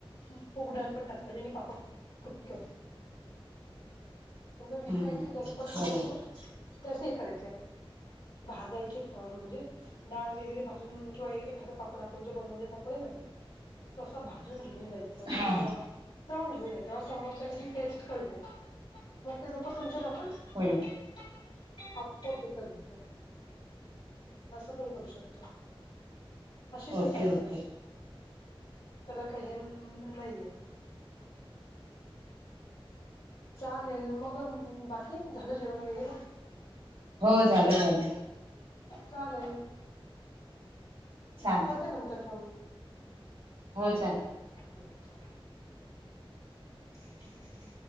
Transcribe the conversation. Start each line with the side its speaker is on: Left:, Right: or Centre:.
Left: मूग डाळ पण टाकतात जेणे पापड आणि जर विकायचे
Right: हम्म
Left: जर पडत
Right: बरोबर
Left: खाला तसे हे करायचे. भाजायचे पण म्हणजे डाळ वगैरे भाजून किंवा एखादा पापड आपण जो बनवलेला पापड आहे ना तो असा भाजून घेवून जायचं
Right: हा
Left: किंवा तळुन घेऊन येतो तेव्हा समोरच्या त्याची टेस्ट कळते. मग ते लोकं तुमच्या <unintelligible>
Right: होईल
Left: <unintelligible> असं पण करू शकतो. अशी पण
Right: ओके
Left: चालतात
Right: ओके.
Left: त्याला काही हे नाहीये चालेल मग बाकी झालं जेवण वगैरे?
Right: हो झालं झालं.
Left: चालेल
Right: चालेल
Left: करते नंतर फोन
Right: हो चालेल
Left: हम्म <unintelligible>